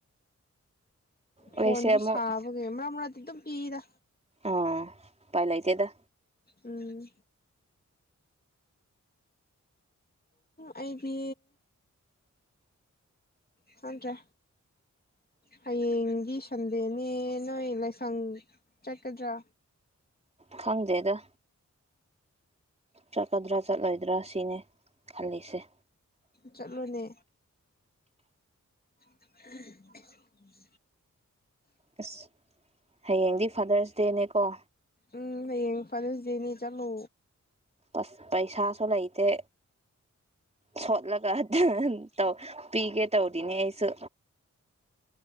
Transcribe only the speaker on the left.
ꯐꯣꯟꯁꯨ
ꯆꯕꯒꯦ ꯃꯔ ꯑꯃ ꯔꯇ ꯑꯗꯨꯝ ꯄꯗ
ꯎꯝ ꯑꯩꯗꯤ ꯊꯗ꯭ꯔꯦ ꯍꯌꯦꯡꯒꯤ ꯁꯟꯗꯦꯅꯦ ꯅꯣꯏ ꯂꯥꯏꯁꯪ ꯆꯠꯀꯗ꯭ꯔꯥ
ꯆꯠꯂꯣꯅꯦ <unintelligible>
ꯎꯝ ꯍꯌꯦꯡ ꯐꯥꯔꯨꯁꯗꯦꯅꯦ ꯆꯠꯂꯨ